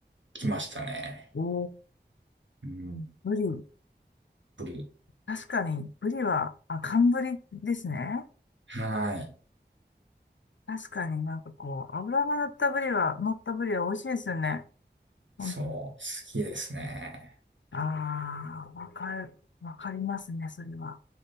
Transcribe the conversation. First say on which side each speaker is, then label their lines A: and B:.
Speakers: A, on the right; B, on the left.
A: 来ましたね。
B: おう、
A: うん。
B: ブリ。
A: ブリ。
B: 確かに、ブリは、あ、寒ブリですね。
A: はい。
B: 確かになんかこう、油が乗ったブリは、乗ったブリは美味しいですよね。本当に。
A: そう、好きですね。
B: ああ、わかる、わかりますね、それは。